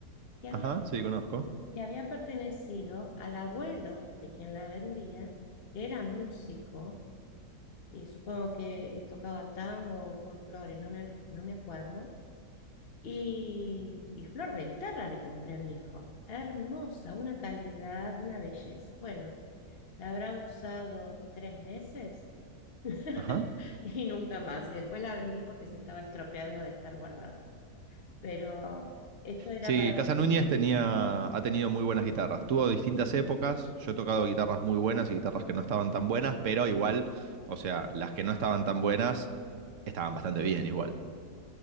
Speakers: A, on the left; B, on the right.
A: que
B: Ajá,
A: había,
B: sí, conozco.
A: que había pertenecido al abuelo de quien la vendía, que era músico y supongo que tocaba tango o folclore, no me, no me acuerdo. Y, y flor de guitarra le compré a mi hijo. Hermosa, una calidad, una belleza. Bueno, la habrá usado tres meses <laughs>
B: ajá
A: y nunca más. Y después la vendí porque se estaba estropeando de estar guardada. pero esto era
B: Sí,
A: para...
B: Casa
A: po-
B: Núñez tenía, ha tenido muy buenas guitarras. Tuvo distintas épocas. Yo he tocado guitarras muy buenas y guitarras que no estaban tan buenas, pero igual, o sea, las que no estaban tan buenas estaban bastante bien igual.